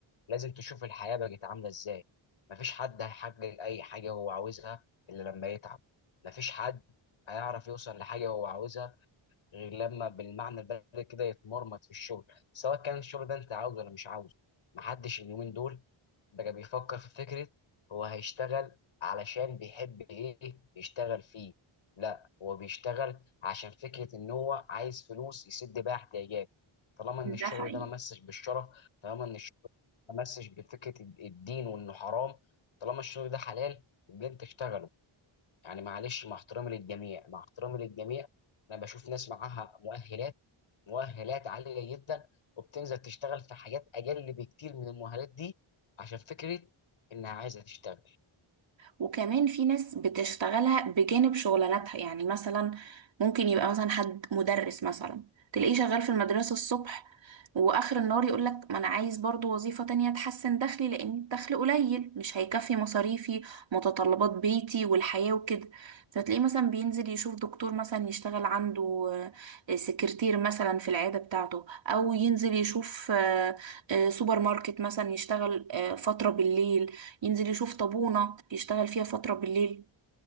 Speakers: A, on the left (about 70°); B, on the right (about 60°).
A: لازم تشوف الحياه بقت عامله ازاي مفيش حد هيحقق اي حاجه هو عاوزها الا لما يتعب مفيش حد هيعرف يوصل لحاجه هو عاوزها غير لما بالمعنى البلدي كده يتمرمط في الشغل سواء كان الشغل ده انت عاوزه ولا مش عاوزه محدش اليومين دول بقى بيفكر في فكرة هو هيشتغل علشان بيحب ايه يشتغل فيه لا هو بيشتغل عشان فكرة ان هو عايز فلوس يسد بيها احتياجاته طالما ان
B: ده
A: الشغل
B: حقيقي
A: ده ما مسش بالشرف طالما ان الشغل ده ما مسش بفكرة الدين وانه حرام طالما الشغل ده حلال يبقى انت اشتغله يعني معلش مع احترامي للجميع مع احترامي للجميع انا بشوف ناس معاها مؤهلات مؤهلات عاليه جدا وبتنزل تشتغل في حاجات اقل بكتير من المؤهلات دي عشان فكره انها عايزه تشتغل
B: وكمان في ناس بتشتغلها بجانب شغلاناتها يعني مثلا ممكن يبقى مثلا حد مدرس مثلا تلاقيه شغال في المدرسة الصبح واخر النهار يقولك ما انا عايز برضو وظيفة تانية تحسن دخلي لان الدخل قليل مش هيكفي مصاريفي متطلبات بيتي والحياة وكده فتلاقيه مثلا بينزل يشوف دكتور مثلا يشتغل عنده آه، سكرتير مثلا في العيادة بتاعته او ينزل يشوف آه، آه، سوبر ماركت مثلا يشتغل آه، فترة بالليل ينزل يشوف طابونة يشتغل فيها فترة بالليل